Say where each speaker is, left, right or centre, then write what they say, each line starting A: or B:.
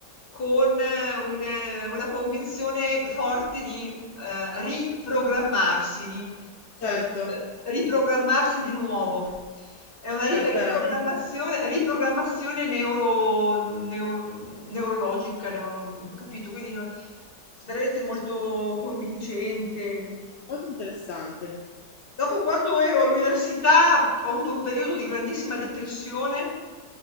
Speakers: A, on the left (about 30°); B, on the left (about 50°).
A: con eh, un, eh, una convinzione forte di eh, riprogrammarsi, di
B: certo,
A: eh, riprogrammarsi di nuovo. È una ri
B: certo,
A: riprogrammazione
B: è la mente.
A: riprogrammazione neuro neur neurologica, neuro capito? Quindi non veramente molto convincente.
B: Molto interessante.
A: Dopo quando ero all'università ho avuto un periodo di grandissima depressione